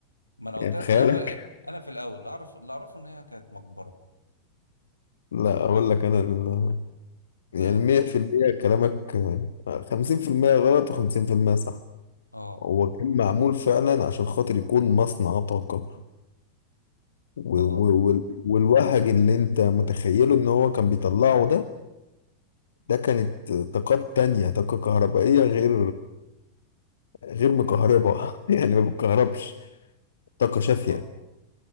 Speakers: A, on the left; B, on the left.
A: ما انا قلت
B: يعني
A: لك
B: بخيالك
A: في الاول آه، انا في الاول اللي اعرف اللي اعرفه ان هي كانت مقبرة
B: لا أقول لك أنا ال... يعني
A: اه
B: 100% كلامك 50% غلط و50% صح
A: اه
B: هو كان معمول فعلا عشان خاطر يكون مصنع طاقة و...
A: اه
B: و...
A: اه
B: وال- والوهج اللي أنت متخيله إن هو كان بيطلعه ده ده كانت طاقات تانية طاقة كهربائية غير غير مكهربة <laughs> يعني ما بتكهربش طاقة شافية
A: آه.